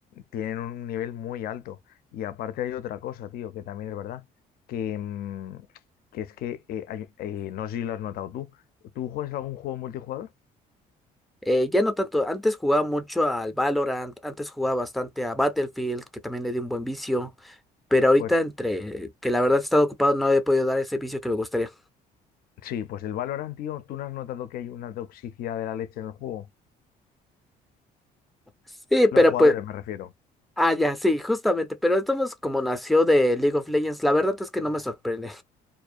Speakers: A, on the left; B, in the centre.
A: tienen un nivel muy alto. Y aparte hay otra cosa, tío, que también es verdad, que, mm, que es que, eh, hay- eh, no sé si lo has notado tú, ¿tú juegas algún juego multijugador?
B: Eh, ya no tanto, antes jugaba mucho al Valorant, antes jugaba bastante a Battlefield, que también le di un buen vicio, pero ahorita
A: Pues
B: entre que la verdad he estado ocupado no he podido dar ese vicio que me gustaría.
A: sí, pues el Valorant, tío, ¿tú no has notado que hay una toxicidad de la leche en el juego?
B: Sí, pero
A: Los jugadores,
B: pues,
A: me refiero.
B: ah, ya, sí, justamente, pero estamos como nació de League of Legends, la verdad es que no me sorprende.